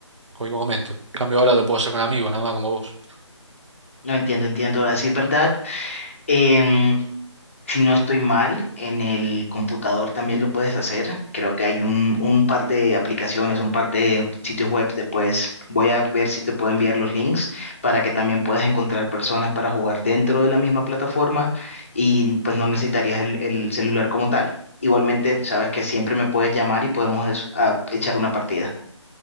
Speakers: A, on the right; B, on the left.
A: cualquier momento. En cambio ahora lo puedo hacer con amigos, nada más como vos.
B: No entiendo, entiendo, así es verdad. Em, Si no estoy mal, en el computador también lo puedes hacer. Creo que hay un, un par de aplicaciones, un par de sitios web después. Voy a ver si te puedo enviar los links para que también puedas encontrar personas para jugar dentro de la misma plataforma y pues no necesitarías el, el celular como tal. Igualmente, sabes que siempre me puedes llamar y podemos es- a- echar una partida.